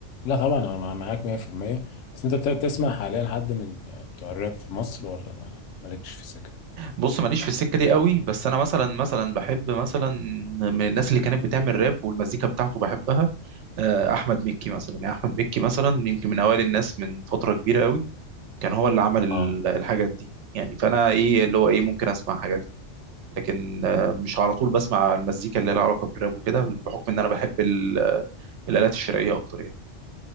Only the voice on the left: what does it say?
لا طبعا انا مع- معاك 100% بس انت بت- بتسمع حاليا حد من بتوع الراب في مصر ولا ما مالكش في السكه
اه